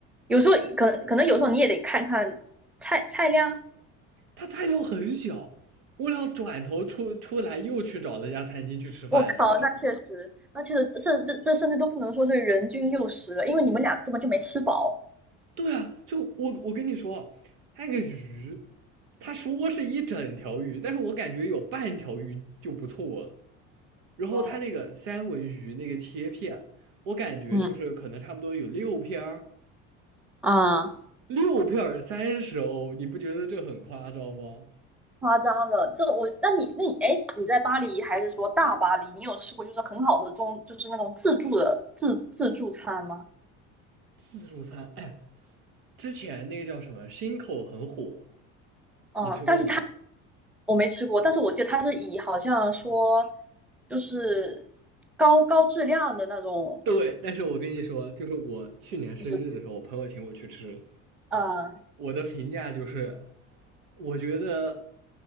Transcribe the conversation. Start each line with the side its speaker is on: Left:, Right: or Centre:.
Centre: 有时候可能可能有时候你也得看看菜菜量。
Right: 他菜量很小，我俩转头出出来又去找了一家餐厅去吃饭去。
Centre: <laughs> 我靠，那确实，那确实，甚这这甚至都不能说是人均六十了，因为你们俩根本就没吃饱，
Right: 对啊，就我我跟你说，那个鱼，他说是一整条鱼，但是我感觉有半条鱼就不错了。然后他那个三文鱼那个切片，
Centre: 嗯，
Right: 我感觉就是可能差不多有六片儿，
Centre: 嗯啊，
Right: 六片儿三十欧，你不觉得这很夸张吗？
Centre: 夸张了。这我，那你那你哎，你在巴黎还是说大巴黎？你有吃过就是很好的中，就是那种自助的自自助餐吗？
Right: 自助餐，哎，之前那个叫什么 s 口很火，
Centre: 嗯，
Right: 你吃过吗？
Centre: 但是它我没吃过，但是我记得它是以好像说就是高高质量的那种，
Right: 对，但是我跟你说，就是我去年生日的时候，
Centre: 就是
Right: 我朋友请我去吃，
Centre: 呃
Right: 我的评价就是，我觉得